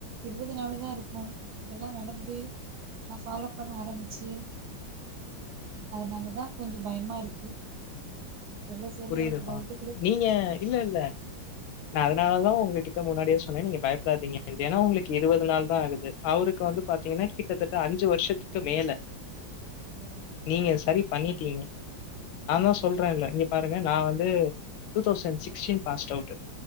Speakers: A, on the right; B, on the left.
A: இருபது நால் தா இருக்கு இதெல்லா நடந்து நா ஃபாலோ பண்ண ஆரம்பிச்சு அதனாலதா கொஞ்சோ பயமா இருக்கு சொல்ல சொல்ல
B: புரியுதுமா?
A: எனக்கு வயத்து
B: நீங்க இல்ல இல்ல நா அதனாலதா உங்ககிட்ட முன்னாடியே சொன்ன நீங்க பயப்படாதீங்க ஏனா உங்களுக்கு இருவது நாள் தா ஆகுது அவருக்கு வந்து பாத்தீங்கன்னா கிட்டத்தட்ட அஞ்சு வருஷத்துக்கு மேல
A: ஓ அப்டி
B: நீங்க
A: சொல்றீங்களா
B: சரி பண்ணிட்டீங்க
A: ம்
B: நா தான் சொல்றேல ஏங்க நா வந்து two thousand sixteen passed out